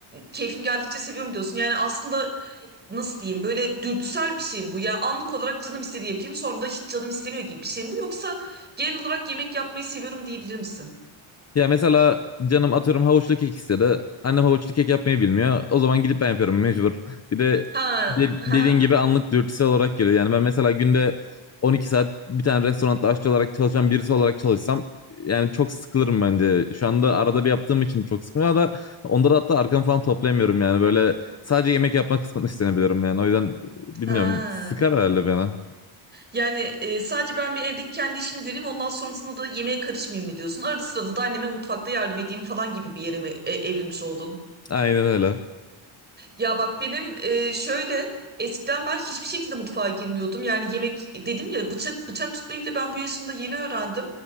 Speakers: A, on the right; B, on the left.
A: keyfim geldikçe seviyorum diyorsun. Yani aslında nasıl diyeyim böyle dürtüsel bir şey mi bu? Yani anlık olarak canım istediği yapayım sonra da hiç canım istemiyor gibi bir şey mi bu? Yoksa genel olarak yemek yapmayı seviyorum diyebilir misin?
B: Ya mesela canım atıyorum havuçlu kek istedi. Annem havuçlu kek yapmayı bilmiyor. O zaman gidip ben yapıyorum mecbur. Bir de,
A: Ha,
B: de-
A: ha,
B: dediğin gibi anlık dürtüsel olarak geliyor. Yani ben mesela günde 12 saat bir tane restoranda aşçı olarak çalışan birisi olarak çalışsam yani çok sıkılırım bence. Şu anda arada bir yaptığım için çok sıkılıyor da onda da hatta arkamı falan toplayamıyorum yani. Böyle sadece yemek yapmak kısmını <laughs> üstlenebilirim yani. O yüzden e, bilmiyorum
A: ha.
B: sıkar herhalde bana.
A: Yani e, sadece ben bir evdeki kendi işimi göreyim ondan sonrasında da yemeğe karışmayayım mı diyorsun? Arada sırada da anneme mutfakta yardım edeyim falan gibi bir yere mi e, evrilmiş oldun?
B: Aynen öyle.
A: Ya bak benim e, şöyle eskiden ben hiçbir şekilde mutfağa girmiyordum. Yani yemek dedim ya bıçak bıçak tutmayı bile ben bu yaşımda yeni öğrendim.